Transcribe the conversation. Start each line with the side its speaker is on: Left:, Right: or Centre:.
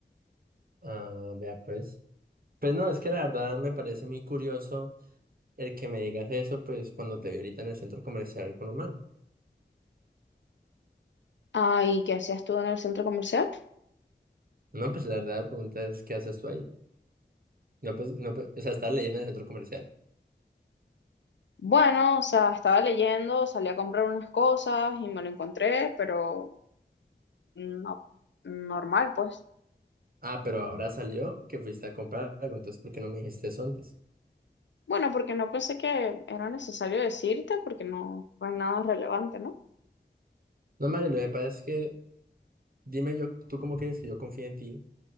Right: Ah, vea pues. Pues no, es que la verdad me parece muy curioso el que me digas eso, pues cuando te vi ahorita en el centro comercial con un man.
Left: Ah, ¿y qué hacías tú en el centro comercial?
Right: No, pues la verdad la pregunta es, ¿qué haces tú ahí? No, pues, no, pues, o sea, estás leyendo en el centro comercial.
Left: Bueno, o sea, estaba leyendo, salí a comprar unas cosas y me lo encontré, pero no, normal, pues.
Right: Ah, pero ahora salió que fuiste a comprar algo, entonces, ¿por qué no me dijiste eso antes?
Left: Bueno, porque no pensé que era necesario decirte, porque no fue nada relevante, ¿no?
Right: No, María, lo que pasa es que, dime yo, ¿tú cómo quieres que yo confíe en ti?